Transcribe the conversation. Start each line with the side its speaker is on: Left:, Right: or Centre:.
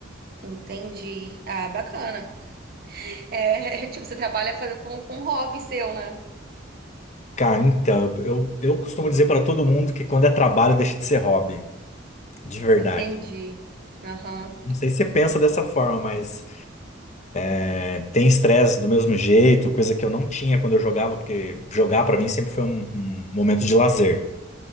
Right: entendi. Ah, bacana. <laughs> É, é, tipo, você trabalha fazer com, com um hobby seu, né?
Left: Cara, então, eu, eu costumo dizer para todo mundo que quando é trabalho deixa de ser hobby. De verdade.
Right: Entendi. Aham,
Left: Não sei se você pensa dessa forma, mas é, tem estresse do mesmo jeito, coisa que eu não tinha quando eu jogava, porque jogar para mim sempre foi um, um momento de lazer.